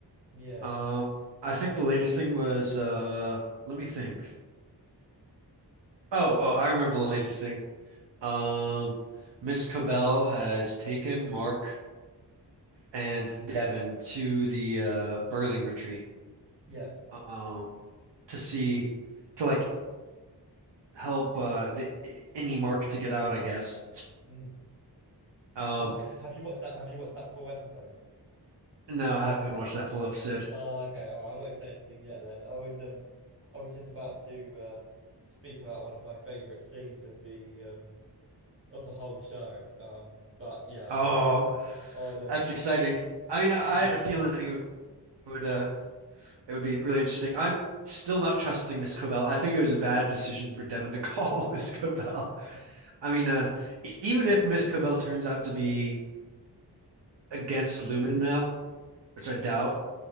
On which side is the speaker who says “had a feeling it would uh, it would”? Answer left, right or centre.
Right